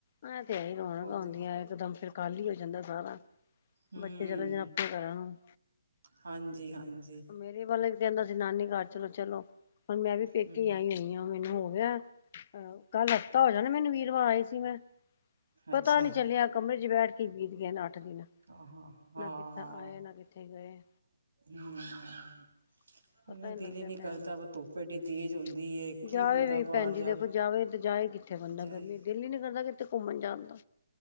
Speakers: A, on the left (about 40°); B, on the right (about 80°).
A: ਏ ਤੇ ਹੈ ਈ ਰੋਣਕਾ
B: ਬਹੁਤ
A: ਹੁਦੀਆਂ ਇਕ ਦਮ ਫਿਰ ਖ਼ਾਲੀ ਹੋ ਜਾਂਦਾ ਸਾਰਾ
B: ਹੂੰ
A: ਬੱਚੇ ਚਲੋ ਜਾਨ ਅਪਣੇ ਘਰਾਂ ਨੂੰ
B: ਹਾਂਜੀ ਹਾਂਜ
A: ਮੇਰੇ ਵਾਲਾ ਵੀ ਕਹਿੰਦਾ ਸੀ ਨਾਨੀ ਘਰ ਚਲੋ ਚਲੋ, ਹੁਣ ਮੈਂ ਵੀ ਪੇਕੇ
B: ਹੂੰ
A: ਆਈ ਹੋਈ ਆਂ। ਮੈਨੂੰ ਹੋ ਗਿਆ ਕੱਲ ਹੱਫਤਾ ਹੋ ਜਾਨਾ ਮੈਨੂੰ, ਵੀਰਵਾਰ ਆਈ ਸੀ ਮੈਂ।
B: ਅੱਛਾ
A: ਪਤਾ ਨੀ ਚੱਲਿਆ ਕਮਰੇ ਚ ਬੈਠ ਕੇ ਬੀਤ ਗਏ ਨੇ ਅੱਠ <unintelligible>
B: ਹਾਂ ਹਾਂ
A: ਨਾ ਕਿੱਥੇ ਆਏ ਨਾ ਕਿੱਥੇ ਗਏ
B: <inaudible>
A: <inaudible> ਪਤਾ
B: ਉਹਦਾ
A: ਨੀ
B: ਦਿਲ
A: ਲੱਗਿਆ
B: ਹੀ ਕਰਦਾ
A: ਟੈਮ ਦਾ।
B: ਧੁੱਪ ਐਡੀ ਤੇਜ਼ ਹੁੰਦੀ ਏ ਕੀ
A: ਜਾਵੇ
B: ਬੰਦਾ
A: ਵੀ
B: ਬਾਹਰ
A: ਭੈਣ ਜੀ ਦੇਖੋ ਜਾਵੇ ਤੇ ਜਾਏ ਕਿਥੇ ਕਿੱਥੇ ਬੰਦਾ
B: ਜਾਏ
A: ਗਰਮੀ, ਦਿਲ ਈ ਨੀ ਕਰਦਾ ਕਿੱਥੇ ਘੁੰਮਣ ਜਾਣ ਦਾ।